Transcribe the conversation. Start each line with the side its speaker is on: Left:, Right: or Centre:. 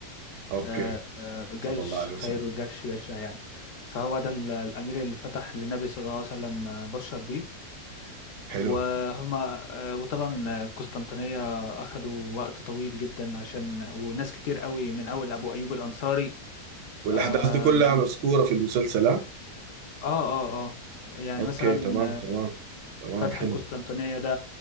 Right: اوكي
Left: آه، آه، جيش
Right: صلى الله عليه
Left: خير
Right: وسلم
Left: الجيش جيشها يعني فهو ده ال- الأمير اللي فتح للنبي صلى الله عليه وسلم آه، بشر بيه وهما
Right: حلو
Left: آه، وطبعا القسطنطينية أخدوا وقت طويل جدا عشان وناس كتير قوي من أول أبو أيوب الأنصاري
Right: والاحداث
Left: آه
Right: دي كلها
Left: يعني
Right: مذكورة في المسلسل ها؟
Left: آه آه آه يعني
Right: اوكي
Left: مثلا
Right: تمام تمام
Left: آه،
Right: تمام
Left: فتح
Right: حلو
Left: القسطنطينية ده